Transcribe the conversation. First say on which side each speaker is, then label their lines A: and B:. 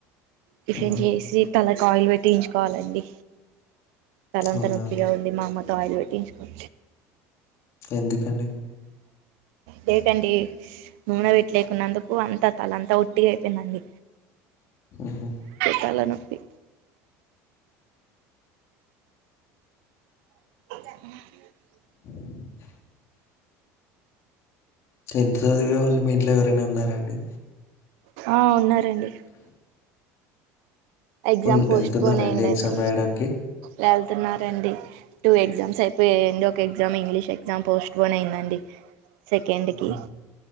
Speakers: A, on the right (about 75°); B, on the left (about 45°).
A: టిఫిన్
B: ఊహూ
A: చేసి తలకి ఆయిల్ పె పట్టించుకోవాలండి తలంత
B: అవునా
A: నొప్పిగా ఉంది మా అమ్మతో ఆయిల్ పెట్టించు <inaudible>
B: ఎందుకండి
A: లేదండి నూనె వెట్లేకున్నందుకు అంతా తలంతా ఒట్టిగా అయిపోయిందండి
B: ఊహూ
A: తలనొప్పి <inaudible>
B: <inaudible> ఎంత చదివే వాళ్ళు మీ ఇంట్లో ఎవనన్నారండి
A: ఆ ఉన్నాయి ండి ఎగ్జామ్
B: హ్మ్.
A: పోస్ట్
B: వెళ్తున్నారా
A: పోన్ అయిందండి
B: అండి ఎగ్జామ్ రాయడానికి?
A: వెళ్తున్నారండి టూ ఎగ్జామ్స్ అయిపోయయండి ఒక ఎగ్జామ్ ఇంగ్లీష్ ఎగ్జామ్ పోస్ట్పోన్ అయిందండి సెకండ్కి
B: హుహు.